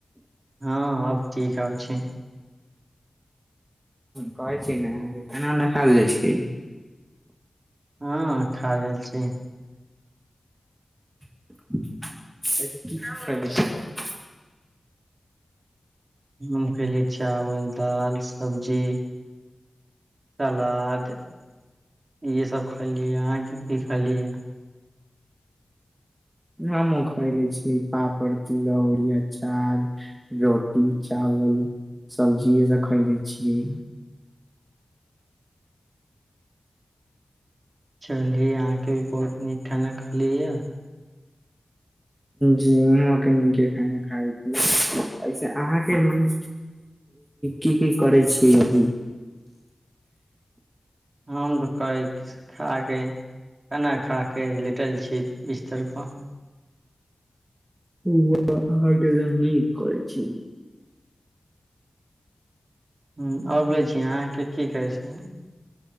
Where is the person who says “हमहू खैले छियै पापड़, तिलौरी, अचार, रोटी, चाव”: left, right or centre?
Right